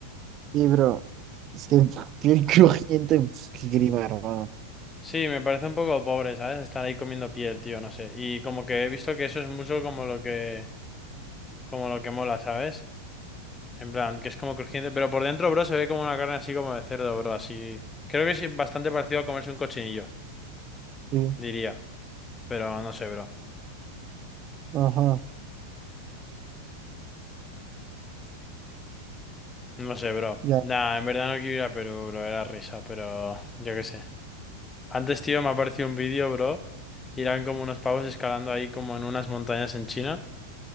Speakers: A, on the right; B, on the left.
A: y bro, es que <laughs> piel crujiente, pf, qué grima, hermano.
B: Sí, me parece un poco pobre, ¿sabes? Estar ahí comiendo piel, tío, no sé. Y como que he visto que eso es mucho como lo que, como lo que mola, ¿sabes? En plan, que es como crujiente, pero por dentro, bro, se ve como una carne así como de cerdo, bro, así. Creo que es bastante parecido a comerse un cochinillo,
A: Sí,
B: diría. Pero no sé, bro.
A: ajá,
B: No sé, bro.
A: ya,
B: Nah, en verdad no quiero ir a Perú, bro, era risa, pero yo qué sé. Antes, tío, me apareció un vídeo, bro. Y eran como unos pavos escalando ahí como en unas montañas en China,